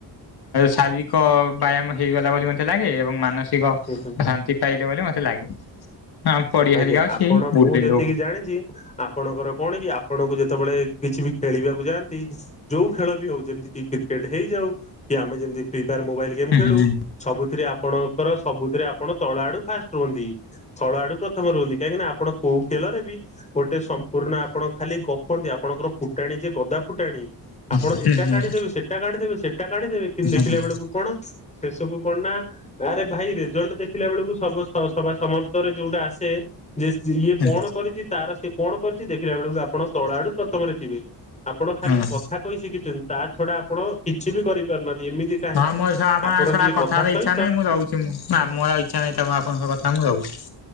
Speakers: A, on the left (about 65°); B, on the left (about 15°).
A: ଶାରୀରିକ ବ୍ୟାୟାମ ହେଇଗଲା ବୋଲି ମତେ ଲାଗେ ଏବଂ ମାନସିକ
B: ହୁଁ ହୁଁ।
A: ଶାନ୍ତି ପାଇଲେ ବୋଲି ମୋତେ ଲାଗେ। ହଁ ପଡିଆ
B: ଆଜ୍ଞା
A: ହେରିକା ଅଛି
B: ଆପଣ
A: ବୁଲି
B: ମୁଁ ଯେତିକି
A: ଯାଉ
B: ଜାଣିଛି ଆ ଆପଣଙ୍କର କଣ କି ଆପଣଙ୍କୁ ଯେତେବେଳେ କିଛି ବି ଖେଳିବାକୁ ଯାଆନ୍ତି ଯୋଉ ଖେଳ ବି ହଉ ଯେମିତି କ୍ରିକେଟ୍ ହେଇଯାଉ କି ଆମେ ପ୍ରିପେୟାର ମୋବାଇଲ
A: ହୁଁ
B: ଗେମ୍ ଖେଳୁ
A: ହୁଁ।
B: ସବୁଥିରେ ଆପଣଙ୍କର ସବୁଥିରେ ଆପଣ ତଳ ଆଡୁ ଫାଷ୍ଟ ରୁହନ୍ତି ତଳ ଆଡୁ ରୁନ୍ତି କାହିଁକିନା ଆପଣ କୋଉଟେଲରେ ବି ଗୋଟେ ସମ୍ପୂର୍ଣ୍ଣ ଆପଣ ଖାଲି ଗପନ୍ତି ଆପଣଙ୍କର ଫୁଟାଣି ଯେ ଗଦା ଫୁଟାଣି। ଆପଣ
A: ହୁଁ
B: ଏଟା
A: ହୁଁ
B: କାଢିଦେବେ ସେଟା କାଢିଦବେ ସେଟା କାଢି ଦେବେ କିନ୍ତୁ
A: ହୁଁ
B: ଦେଖା ବେଳକୁ କଣ? ସେସବୁ କଣନା ଆରେ ଭାଇ ରେଜଲ୍ଟ ଦେଖିଲା ବେଳକୁ ସଭା ସମାପ୍ତରେ ଯୋଉଟା ଆସେ ଯେ ଇଏ
A: ହୁଁ
B: କଣ କରିଛି ତାର ସିଏ କଣ କରିଛି ଦେଖିଲା ବେଳକୁ ଆପଣ ତଳ ଆଡୁ ପ୍ରଥମରେ ଥିବେ। ଆପଣ ଖାଲି
A: ହୁଁ ହୁଁ।
B: କଥା କହି ଶିଖିଛନ୍ତି ତା ଛଡା ଆପଣ କିଛି ବି କରିପାରୁନାହାନ୍ତି। ଏମିତି କାହିଁକି
A: ହଁ ମୋର ସହ ଆପଣଙ୍କ
B: ଆପଣ
A: ସହ
B: ଟିକେ କଥା
A: ହେବା
B: ସହିତ
A: ଇଚ୍ଛା ନାହିଁ ମୁଁ ରହୁଛି ମୋର ଆଉ ଇଚ୍ଛା ନାହିଁ ତ ମୁଁ ଆପଣଙ୍କ କଥା ମୁଁ ରହୁଛି।